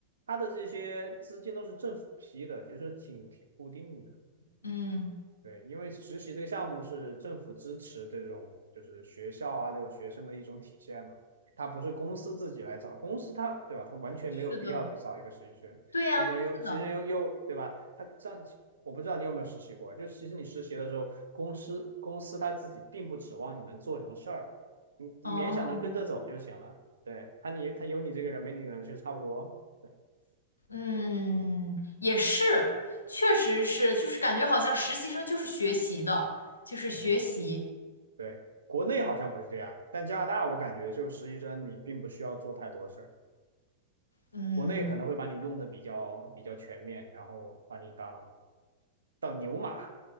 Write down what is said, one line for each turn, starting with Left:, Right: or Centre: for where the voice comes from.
Right: 他的这些资金都是政府批的，就是挺挺固定的。
Left: 嗯，
Right: 对，因为实习这个项目是政府支持这种就是学校啊这种学生的一种体现嘛，它不是公司自己来找，公司它对吧，它完全没有必要去找一个实习生，
Left: 是的，对呀，
Right: 实习生又实习生又又对吧，
Left: 是的，
Right: 他上我不知道你有没有实习过，就其实你实习的时候，公司公司他自己并不指望你能做什么事儿，你你勉强能跟着走就行了，
Left: 哦，
Right: 对，他你他有你这个人没你的人就差不多，对，
Left: 嗯，也是，确实是，就是感觉好像实习生就是学习的，就是学习，
Right: 大概对，国内好像不是这样的但加拿大我感觉就是实习生你并不需要做太多事儿，
Left: 嗯。
Right: 国内可能会把你用的比较比较全面，然后把你当当牛马。